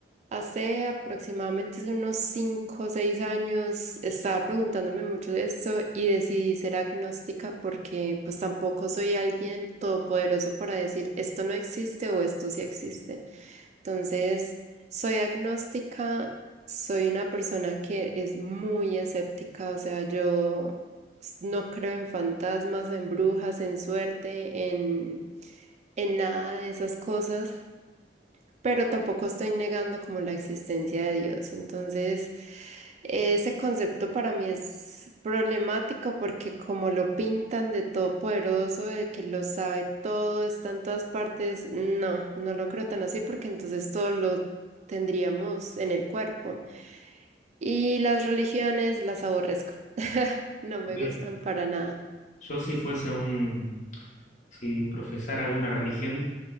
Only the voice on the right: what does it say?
Hace aproximadamente unos 5 o 6 años estaba preguntándome mucho de esto y decidí ser agnóstica porque pues tampoco soy alguien todopoderoso para decir esto no existe o esto sí existe. Entonces, soy agnóstica, soy una persona que es muy escéptica, o sea, yo s- no creo en fantasmas, en brujas, en suerte, en, en nada de esas cosas pero tampoco estoy negando como la existencia de Dios. Entonces, ese concepto para mí es problemático porque como lo pintan de todopoderoso, de que lo sabe todo, está en todas partes, no, no lo creo tan así porque entonces todo lo tendríamos en el cuerpo. Y las religiones las aborrezco. <laughs> No me
gustan para nada.